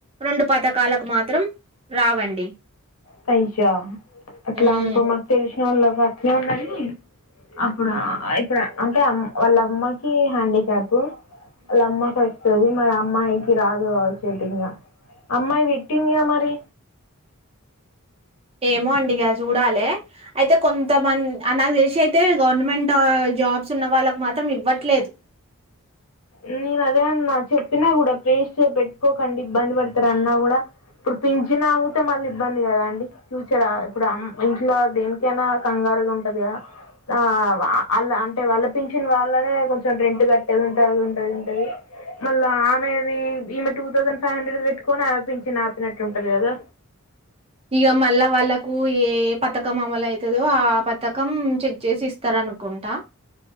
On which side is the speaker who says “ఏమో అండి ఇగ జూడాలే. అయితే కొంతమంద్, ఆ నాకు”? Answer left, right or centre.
Right